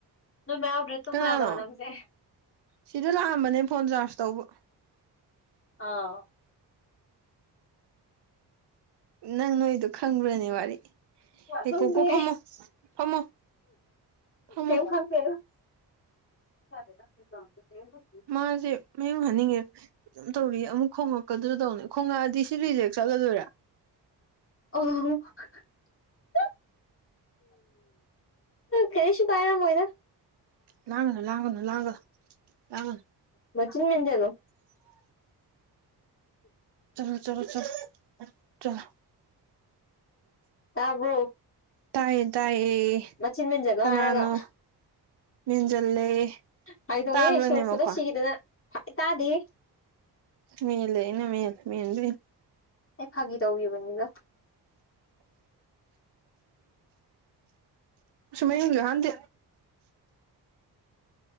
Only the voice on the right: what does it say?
ꯀꯅꯥꯅꯣ
ꯁꯤꯗ ꯂꯥꯛꯑꯝꯕꯅꯦ ꯐꯣꯟ ꯆꯥꯔꯖ ꯇꯧꯕ
ꯅꯪ ꯅꯣꯛ ꯏꯗꯣ ꯈꯪꯕ꯭ꯔꯅꯦ ꯋꯥꯔꯤ ꯑꯦ
ꯀꯣꯀꯣ ꯐꯝꯃꯣ ꯐꯝꯃꯣ ꯐꯝꯃꯣ
ꯃꯥꯁꯦ ꯃꯌꯨꯝ ꯍꯟꯅꯤꯡꯉꯤꯔ ꯑꯗꯨꯝ ꯇꯧꯔꯤ ꯑꯃꯨꯛ ꯈꯣꯡꯉꯛꯀꯗ꯭ꯔꯥ ꯇꯧꯅꯦ ꯈꯣꯡꯉꯛꯑꯗꯤ ꯁꯤ ꯔꯤꯖꯦꯛ ꯆꯠꯂꯗꯣꯏꯔꯥ
ꯂꯥꯡꯒꯅꯨ ꯂꯥꯡꯒꯅꯨ ꯂꯥꯡꯒꯅꯨ ꯂꯥꯡꯒꯅꯨ
ꯆꯠꯂꯣ ꯆꯠꯂꯣ ꯆꯠꯂꯣ ꯆꯠꯂ
ꯇꯥꯏꯌꯦ ꯇꯥꯏꯌꯦ
ꯀꯅꯥꯅꯣ
ꯃꯦꯟꯖꯜꯂꯦ
ꯇꯥꯕ꯭ꯔꯅꯦ
ꯃꯈꯣꯟ
ꯃꯦꯜꯂꯦ ꯑꯩꯅꯥ ꯃꯦꯜꯗꯣꯏꯅꯦ
<unintelligible> ꯃꯌꯨꯡꯁꯨ ꯍꯟꯗꯦ